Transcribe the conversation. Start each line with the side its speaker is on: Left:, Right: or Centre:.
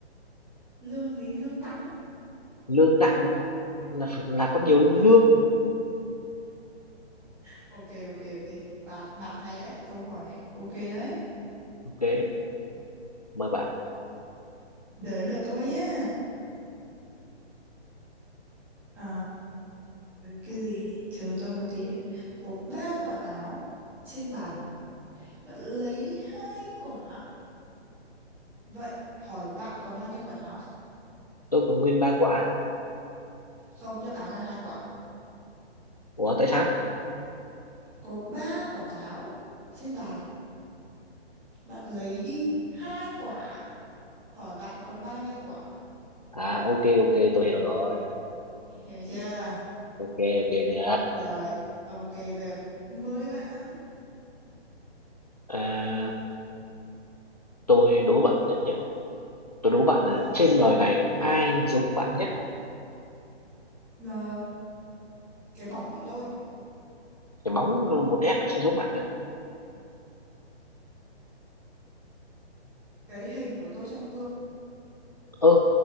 Centre: lương gì lương tăng <laughs>
Left: lương nặng là phải là có nhiều
Centre: Ờ,
Left: lương
Centre: ok ok ok bạn bạn hay đấy câu hỏi này ok đấy
Left: ok mời bạn
Centre: đến lượt tôi nhé Ờ, cái gì nhỉ? chờ tôi một tí đã. có ba quả táo trên bàn bạn lấy đi hai quả Vậy hỏi bạn còn bao nhiêu quả táo?
Left: tôi có nguyên ba quả
Centre: Không, đáp án là hai quả.
Left: ủa tại sao
Centre: Có ba quả táo trên bàn. Bạn lấy đi hai quả. Hỏi bạn còn bao nhiêu quả?
Left: à ok ok tôi hiểu rồi
Centre: Hiểu chưa?
Left: ok ok được
Centre: Rồi, ok, bây giờ mới bạn.
Left: à, tôi đố bạn nhất nhé tôi đố bạn là
Centre: Ừ.
Left: trên đời này ai giống bạn nhất
Centre: Mà cái bóng của tôi,
Left: cái bóng nó là một nét nó sao giống bạn được
Centre: cái hình của tôi trong gương.
Left: ơ ừ,